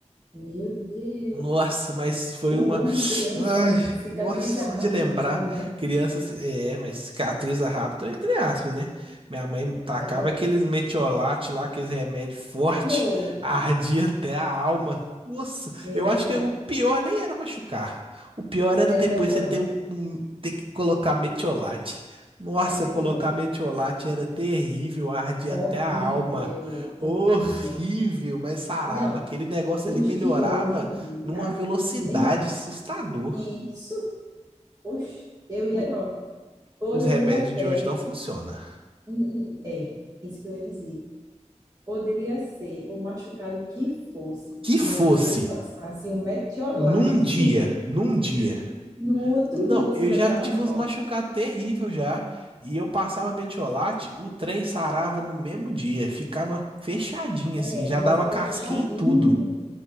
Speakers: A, on the right (about 30°); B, on the right (about 45°).
A: Meu Deus.
B: Nossa, mas foi
A: O
B: uma.
A: bom que criança
B: Ai,
A: cicatriza
B: nossa, só
A: rápido
B: de lembrar.
A: tudo, né?
B: Criança. se- É, mas cicatriza rápido, entre aspas, né? Minha mãe tacava
A: É verdade.
B: aqueles
A: <laughs>
B: metiolate lá, aqueles remédio forte,
A: Oh,
B: ardia até a alma. Nossa,
A: é
B: eu
A: verdade.
B: acho que o pior nem era machucar. O pior era
A: Era
B: depois
A: o Mertiolate.
B: você ter, o- um, ter que colocar metiolate. Nossa,
A: Era o
B: colocar
A: pior.
B: metiolate era terrível, ardia
A: Horrível,
B: até a alma.
A: horrível.
B: Horrível, mas sarava.
A: Não,
B: Aquele negócio
A: os
B: ali melhorava
A: de hoje em dia
B: numa velocidade
A: nem arde.
B: assustador.
A: Isso, oxe, eu ia,
B: O-
A: ó, poderia
B: os remédios
A: até,
B: de hoje não funcionam.
A: hum, hum, é, isso que eu ia dizer. Poderia ser o machucado que fosse,
B: Que fosse
A: mas você passasse um metiolate
B: num dia, num dia.
A: <laughs> no outro
B: Não,
A: dia você
B: eu
A: já
B: já
A: estava
B: tive
A: bom.
B: uns machucados terríveis já. E eu passava metiolate, o trem sarava no mesmo dia. Ficava fechadinho
A: É,
B: assim, já
A: já
B: dava
A: ficava
B: casquinha
A: fechadinho
B: e tudo.